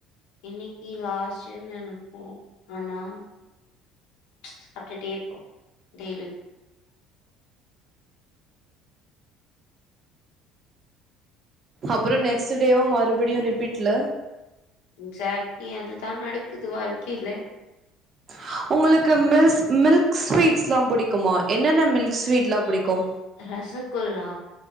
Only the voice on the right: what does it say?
அப்புறம் நெக்ஸ்ட் டேவும் மறுபடியும் ரிபீட்ல
ஹ உங்களுக்கு மில்ஸ் மில்க் ஸ்வீட்ஸ் எல்லாம் பிடிக்குமா என்னென்ன மில்க் ஸ்வீட் எலாம் பிடிக்கும்